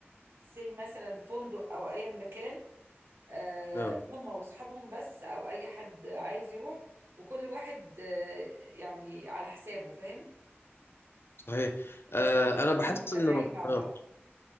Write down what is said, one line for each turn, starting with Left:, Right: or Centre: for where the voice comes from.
Right: زي مثلا فندق او ايا مكان آه،
Left: اه
Right: هما واصحابهم بس او اي حد عايز يروح وكل واحد آه، يعني على حسابه فاهم
Left: صحيح
Right: بس
Left: آه
Right: هم يكونوا
Left: انا بحس
Right: مجتمعين
Left: انه
Right: مع بعض
Left: آه.